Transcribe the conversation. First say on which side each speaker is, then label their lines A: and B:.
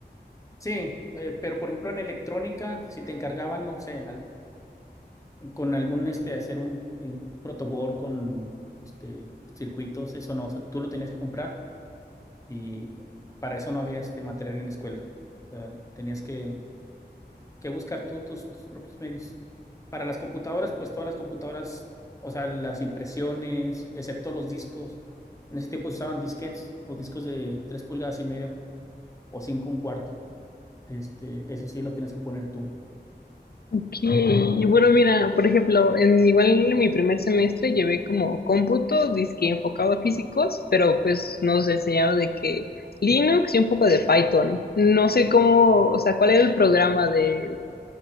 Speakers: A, on the left (about 20°); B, on the left (about 60°).
A: Sí, eh, pero por ejemplo en electrónica, si te encargaban, no sé, al- con algún, este, hacer un, un protoboard con, este, circuitos, eso no, o sea, tú lo tenías que comprar y para eso no había, este, material en la escuela. O sea, tenías que que buscar tú tus, tus propios medios. Para las computadoras, pues todas las computadoras, o sea, las impresiones, excepto los discos. En ese tiempo se usaban disquetes o discos de 3 pulgadas y medio o 5 un cuarto. Este, eso sí lo tienes que poner tú.
B: Ok, y bueno, mira, por ejemplo, en, igual en mi primer semestre llevé como cómputo, disque enfocado a físicos, pero pues nos enseñaron de que Linux y un poco de Python. No sé cómo, o sea, cuál era el programa de,